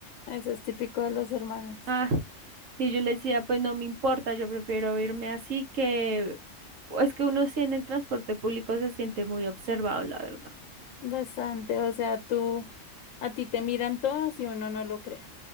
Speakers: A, on the left; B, on the right.
A: Eso es típico de los hermanos.
B: Ah, y yo le decía, pues no me importa, yo prefiero irme así que es que uno sí en el transporte público se siente muy observado, la verdad.
A: Bastante, o sea, tú, a ti te miran todos y uno no lo crea.